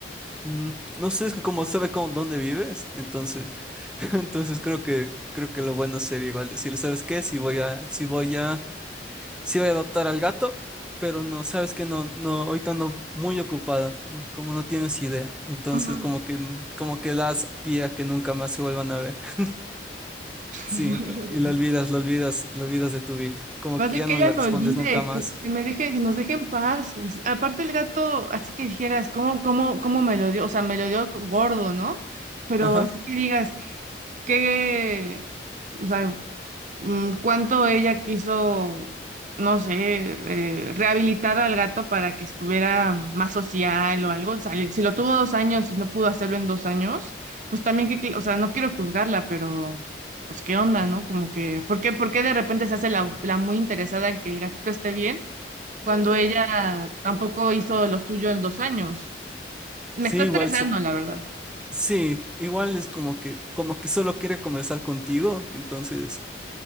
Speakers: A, in the centre; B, on the right (about 45°).
A: Mm, no sé, es que como sabe con dónde vives, entonces, <laughs> entonces creo que, creo que lo bueno sería igual decirle, ¿sabes qué? Si voy a, si voy a Sí voy a adoptar al gato, pero no, sabes que no, no, ahorita ando muy ocupada, mm, como no tienes idea. Entonces,
B: Ujú, ujú.
A: como que, como que das pie a que nunca más se vuelvan a ver. <laughs>
B: <laughs>
A: Sí, t- y lo olvidas, lo olvidas, lo olvidas de tu vida. Como
B: Más
A: que
B: de
A: ya
B: que
A: no
B: ella
A: le
B: me
A: respondes
B: olvide,
A: nunca más.
B: que, que me deje, que nos deje en paz. Así- Aparte el gato, así que dijeras, ¿cómo, cómo, cómo me lo dio? O sea, me lo dio gordo, ¿no? Pero
A: Ajá.
B: así que digas, que, o sea, mm, cuánto ella quiso, no sé, eh, rehabilitar al gato para que estuviera más social o algo. O sea, si lo tuvo dos años y no pudo hacerlo en dos años, pues también que, que- o sea, no quiero juzgarla, pero pues qué onda, ¿no? Como que, ¿por qué, por qué de repente se hace la, la muy interesada en que el gatito esté bien cuando ella tampoco hizo lo suyo en dos años? Me
A: Sí,
B: está estresando,
A: igual, s-
B: la verdad.
A: sí, igual es como que, como que solo quiere conversar contigo, entonces,